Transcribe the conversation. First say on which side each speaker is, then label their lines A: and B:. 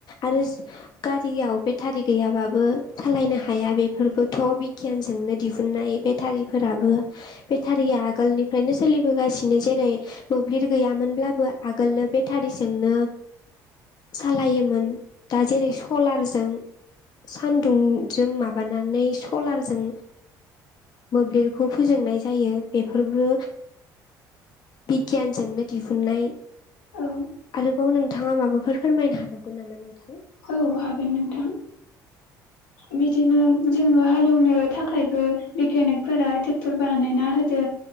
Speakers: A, on the left (about 45°); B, on the left (about 80°).
A: आरो गारियाव बेटारि गैयाबाबो सालायनो हाया बेफोरबोथ' बिगियानजोंनो दिहुननाय बेटारि फोराबो बेटारिया आगोलनिफ्रायनो सोलिबोगासिनो जेरै मोब्लिब गैयामोनब्लाबो आगोलनो बेटारिजोंनो सालायोमोन दा जेरै सलारजों सानदुंजों माबा नानै सलारजों मोब्लिबखौ फोजोंनाय जायो बेफोरबो बिगियानजोंनो दिहुननाय
B: औ
A: आरोबाव नोंथाङा माबाफोर फोरमायनो हाबावगोन नामा नोंथां
B: औ हागोनन नोंथां बिदिनो जोङो हालेवनो थाखायबो बिगियानिकफोरा ट्रेक्टर बानायना होदो